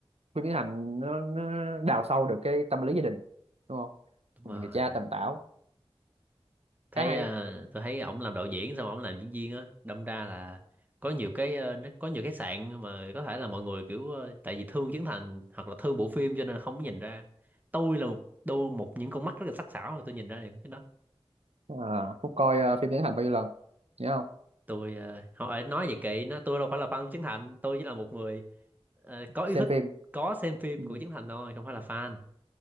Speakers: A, on the right; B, on the right.
A: phim Tiến Thành nó, nó đào sâu được cái tâm lý gia đình đúng không
B: đúng rồi
A: người cha tần tảo
B: thấy
A: khá hay
B: ờ, tôi thấy ổng làm đạo diễn xong ổng làm diễn viên á đâm ra là có nhiều cái ờ, nó có nhiều cái sạn mà có thể là mọi người kiểu ờ, tại vì thương Trấn Thành hoặc là thương bộ phim cho nên là không có nhìn ra tôi là một đôi một những con mắt rất là sắc sảo rồi tôi nhìn ra được cái đó
A: à, Phúc coi ờ, phim Tiến hành bao nhiêu lần nhớ không
B: tôi ờ, không phải nói vậy kỵ nó tôi đâu phải là fan của Trấn Thành tôi chỉ là một người ờ, có yêu
A: xem
B: thích
A: phim
B: có xem phim
A: Ừ.
B: của Trấn Thành thôi không phải là fan